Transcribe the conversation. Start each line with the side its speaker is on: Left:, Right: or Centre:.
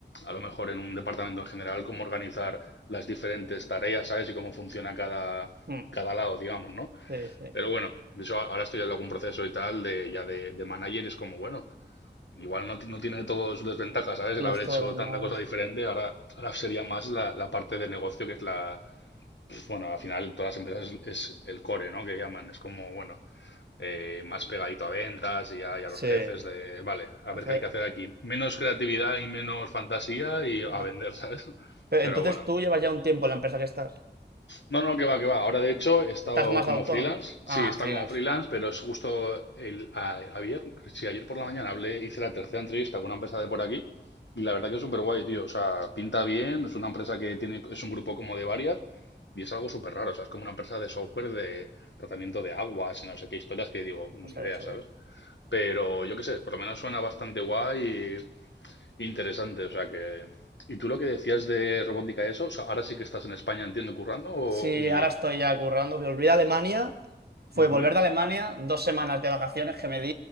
Left: a lo mejor en un departamento en general, cómo organizar las diferentes tareas, ¿sabes? Y cómo funciona cada,
Right: mm.
Left: cada lado, digamos, ¿no?
Right: Sí, sí.
Left: Pero bueno, eso a- ahora estoy en algún proceso y tal de ya de, de manager y es como, bueno, igual no, ti- no tiene todo sus desventajas, ¿sabes?
Right: No
Left: El haber
Right: es todo
Left: hecho
Right: tan
Left: tanta
Right: malo.
Left: cosa diferente, ahora, ahora sería más la, la parte de negocio que es la, bueno, al final todas las empresas es, es el core, ¿no? Que llaman, es como, bueno, eh, más pegadito a ventas y a, y a
Right: Sí.
Left: los jefes de, vale, a
Right: A
Left: ver qué
Right: ver,
Left: hay que hacer aquí. Menos creatividad y menos fantasía y
Right: ¿qué
Left: a vender, <laughs> ¿sabes?
Right: Pero
Left: Pero
Right: entonces
Left: bueno.
Right: tú llevas ya un tiempo en la empresa que estás.
Left: No, no, que va, que va. Ahora, de hecho, he estado
Right: Estás más
Left: como
Right: autónomo.
Left: freelance. Sí,
Right: Ah,
Left: está
Right: freelance.
Left: como freelance, pero es justo el, a- ayer, sí, ayer por la mañana hablé, hice la tercera entrevista con una empresa de por aquí y la verdad que es súper guay, tío. O sea, pinta bien, es una empresa que tiene, es un grupo como de varias y es algo súper raro. O sea, es como una empresa de software de tratamiento de aguas y no sé qué historias que digo, ni
Right: O sea,
Left: idea,
Right: qué chulo.
Left: ¿sabes? Pero yo qué sé, por lo menos suena bastante guay y interesante. O sea que. ¿Y tú lo que decías de robótica, eso? O sea, ahora sí que estás en España, entiendo, currando o-
Right: Sí,
Left: y.
Right: ahora estoy ya currando. Volví de Alemania. Fue
Left: Ujú,
Right: volver de Alemania, dos semanas de vacaciones que me di